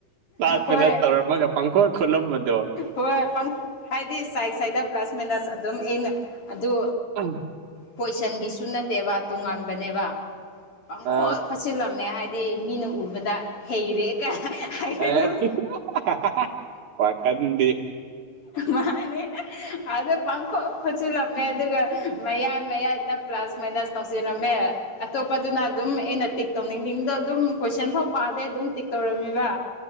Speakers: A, on the right (about 65°); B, on the left (about 40°).
A: ꯂꯥꯁ
B: ꯍꯣꯏ
A: ꯃꯤꯅꯠ ꯇꯧꯔꯝꯃꯒ ꯄꯪꯈꯣꯠ ꯈꯣꯠꯂꯝꯕꯗꯣ
B: ꯍꯣꯏ ꯄꯪ ꯍꯥꯏꯗꯤ ꯁꯥꯏꯗ ꯁꯥꯏꯗ ꯄ꯭ꯂꯁ ꯃꯥꯏꯅꯁ ꯑꯗꯨꯝ ꯑꯩꯅ ꯑꯗꯨ
A: ꯎꯝ
B: ꯄꯣꯏꯁꯟꯒꯤꯁꯨ ꯅꯠꯇꯦꯕ ꯇꯣꯉꯥꯟꯕꯅꯦꯕ ꯄꯥꯡꯈꯣꯏ
A: ꯑ
B: ꯆꯤꯜꯂꯝꯃꯦ ꯍꯥꯏꯗꯤ ꯃꯤꯅ ꯎꯕꯗ ꯍꯩꯔꯦ ꯀ ꯍꯥꯏꯒꯗꯕ
A: <unintelligible> ꯋꯥꯈꯟꯗꯤ
B: ꯃꯥꯅꯦ ꯑꯗꯣ ꯄꯪꯈꯣ ꯈꯣꯆꯤꯂꯝ ꯃꯦ ꯗꯨꯒꯥ ꯃꯌꯥ ꯃꯌꯥꯏꯅ ꯄ꯭ꯂꯁ ꯃꯥꯏꯅꯁ ꯇꯧꯁꯤꯔꯝꯃꯦ ꯑꯇꯣꯞꯄꯗꯨꯅ ꯑꯗꯨꯝ ꯑꯩꯅ ꯇꯤꯛ ꯇꯧꯅꯤꯡꯅꯤꯡꯗꯣ ꯑꯗꯨꯝ ꯀꯣꯏꯁꯟ ꯐꯥꯎ ꯄꯥꯗꯦ ꯑꯗꯨꯝ ꯇꯤꯛ ꯇꯧꯔꯝꯃꯤꯕ